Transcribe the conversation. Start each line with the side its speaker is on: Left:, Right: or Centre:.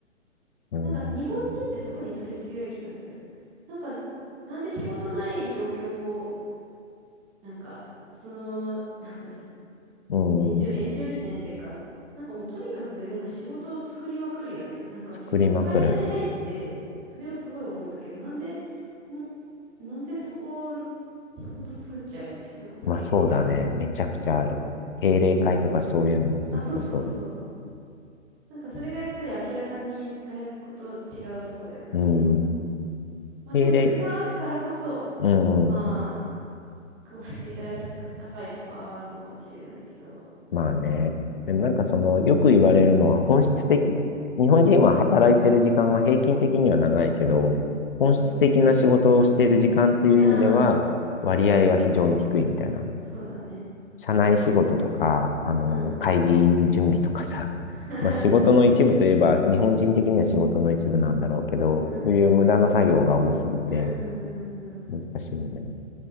Left: うん。
Centre: なんか日本人って特にそれ強い気がする。なんか、なんで仕事ない状況を、なんか、そのまま、<laughs> なんだろ
Left: うん。
Centre: う、エンジョイ、エンジョイしないというか、なんかもうとにかくなんか仕事を作りまくるよね。なんか仕事、
Left: 作りまくる。
Centre: 会社に入って、それをすごい思うんだけど、なんで、もなんでそこを仕事作っちゃうみたいなこと結構あるよね。
Left: まあそうだね。めちゃくちゃある。定例会とかそういうのは本当そ
Centre: あ、そ、あ、そうそうそう。なんかそれがやっぱり明らかに外国と違うとこだよね、
Left: う。うん。
Centre: 日本。まあでもそれがあるからこそ、
Left: 定例。うん
Centre: まあ、クオリティがちゃ高いとかはあるのかもしれないけど。
Left: まあね。でもなんかその、よく言われるのは本質的、日本人は働いてる時間は平均的には長いけど、本質的な仕事をしている時間っていう意味では、
Centre: うん。<laughs> ああ、うん
Left: 割合は非常に低いみたいな。
Centre: うん。まあそうだね。
Left: 社内仕事とか、あの、
Centre: うんうん。
Left: 会議準備とかさ、
Centre: <laughs>
Left: まあ仕事の一部といえば、日本人的には仕事の一部なんだろうけど、
Centre: うん。
Left: そういう無駄な作業が多すぎて
Centre: うんうんうんうん。
Left: 難しいんだよね